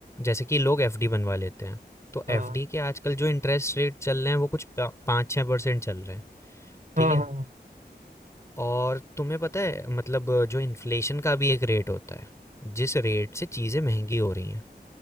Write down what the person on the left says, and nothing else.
जैसे कि लोग एफडी बनवा लेते हैं, तो
एफडी के आजकल जो इंटरेस्ट रेट चल रहे हैं वो कुछ पा 5-6% चल रहे हैं। ठीक
है
और तुम्हें पता है मतलब जो इन्फ्लेशन का भी एक रेट होता है जिस रेट से चीज़ें महंगी हो रही हैं